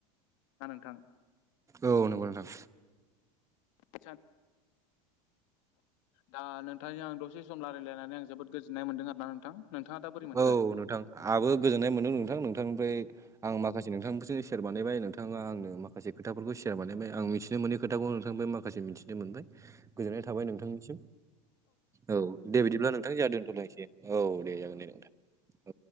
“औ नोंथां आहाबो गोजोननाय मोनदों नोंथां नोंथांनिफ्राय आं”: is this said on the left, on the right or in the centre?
Right